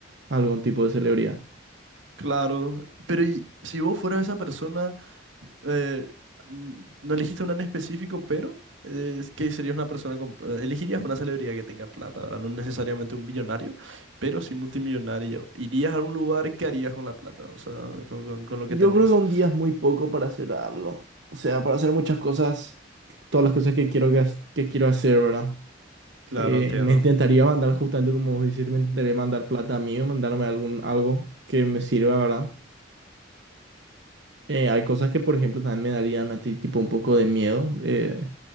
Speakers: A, on the right; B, on the right.
A: algún tipo de celebridad.
B: Claro, pero ¿y si vos fueras esa persona? eh, mm, no elegiste una en específico, pero eh, es que serías una persona con... eh, Elegirías una celebridad que tenga plata, ¿verdad? No necesariamente un billonario, pero sí multimillonario. Irías a algún lugar, ¿qué harías con la plata? O sea, con, con- con lo que
A: Yo
B: tenés.
A: creo que un día es muy poco para hacer algo. O sea, para hacer muchas cosas, todas las cosas que quiero, que, has- que quiero hacer, ¿verdad?
B: Claro,
A: Eh,
B: entiendo.
A: y me intentaría mandar, justamente como vos dijiste, me intentaría mandar plata a mí o mandarme algún, algo que me sirva, ¿verdad? Eh, hay cosas que, por ejemplo, también me darían a ti tipo un poco de miedo. eh,